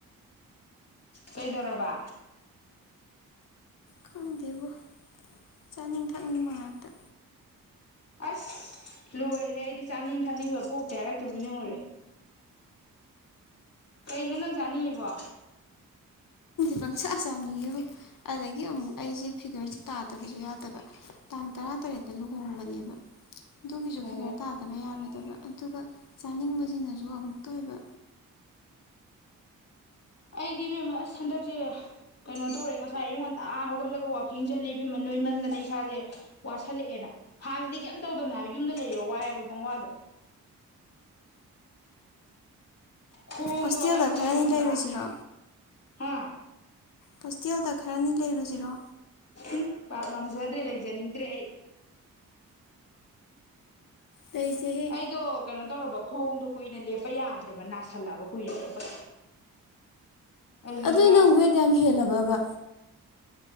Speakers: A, on the left; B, on the left.
A: ꯀꯩꯗꯧꯣꯔꯣꯕ
B: ꯈꯪꯗꯦꯕꯣ ꯆꯥꯅꯤꯡ ꯊꯛꯅꯤꯡꯕꯥꯛꯛꯇ
A: ꯑꯁ ꯂꯣꯏ ꯑꯣꯏꯔ ꯍꯦꯗꯤ ꯆꯥꯅꯤꯡ ꯊꯛꯅꯤꯡꯕ ꯄꯣꯛ ꯀꯦ ꯍꯥꯏꯔꯛꯇꯨꯕꯤꯅꯤꯡꯉꯨꯔꯦ ꯀꯩꯅꯣ ꯅꯪ ꯆꯥꯅꯤꯡꯉꯤꯕꯣ
B: ꯄꯪꯁꯥ ꯆꯥꯅꯤꯡꯉꯦꯕ ꯑꯗꯒꯤ ꯑꯃꯨꯛ ꯑꯩꯁꯦ ꯐꯤꯒꯔꯁꯦ ꯇꯥꯗꯕꯁꯨ ꯌꯥꯗꯕ ꯇꯥꯡ ꯇꯔꯥꯇꯔꯦꯠꯇ ꯂꯨꯍꯣꯡꯕꯅꯦꯕ ꯑꯗꯨꯒꯤꯁꯨ
A: ꯑꯣ
B: ꯐꯤꯒꯔ ꯇꯥꯗꯕ ꯌꯥꯔꯣꯏꯗꯕ ꯑꯗꯨꯒ ꯆꯥꯅꯤꯡꯕꯁꯤꯅꯁꯨ ꯑꯃꯨꯛꯇ ꯑꯣꯏꯕ
A: ꯑꯩ ꯏꯕꯦꯝꯃ ꯑꯁ ꯍꯟꯗꯛꯁꯦ ꯀꯩꯅꯣ ꯇꯧꯔꯦ ꯉꯁꯥꯏ ꯑꯩꯌꯉ ꯉꯣꯟꯇꯥ ꯍꯧꯒꯠꯂꯒ ꯋꯥꯋꯥꯛꯀꯤꯡ ꯆꯠꯂꯤꯃ ꯅꯣꯏꯃꯟꯗꯅ ꯏꯁꯥꯁꯦ ꯋꯥꯁꯜꯂꯛꯑꯦꯅ ꯍꯥꯟꯅꯗꯤ ꯀꯩꯝ ꯇꯧꯗꯕꯅꯦ ꯍꯥꯏꯕ ꯌꯨꯝꯗ ꯂꯩꯔ ꯋꯥꯏꯑꯦꯕ ꯄꯕꯪꯋꯥꯗꯣ ꯈꯣꯡꯗꯣ
B: ꯍꯣꯁꯇꯦꯜꯗ
A: ꯑꯩ ꯈꯣꯡꯗꯣ
B: ꯈꯔꯅꯤ
A: ꯈꯕ꯭ꯔꯥ
B: ꯂꯩꯔꯨꯁꯤꯔꯣ
A: ꯍꯥ
B: ꯍꯣꯁꯇꯦꯜꯗ ꯈꯔꯅꯤ ꯂꯩꯔꯨꯁꯤꯔꯣ
A: ꯎ ꯄ ꯅꯝꯖꯗ꯭ꯔꯦ ꯂꯩꯖꯅꯤꯡ ꯏꯗ꯭ꯔꯦ
B: ꯂꯩꯁꯦꯍꯦ
A: ꯑꯩꯗꯣ ꯀꯩꯅꯣ ꯇꯧꯔꯕ ꯈꯑꯣꯣꯡꯗꯣ ꯀꯨꯏꯅ ꯂꯦꯞꯄ ꯌꯥꯗ꯭ꯔꯕ ꯅꯥꯁꯤꯜꯂꯛꯑꯕ ꯀꯨꯏꯅ ꯂꯦꯞꯄ ꯑꯗꯨꯗ
B: ꯑꯗꯨ ꯅꯪ ꯋꯦꯠ ꯌꯥꯝ ꯍꯦꯜꯂꯕꯕ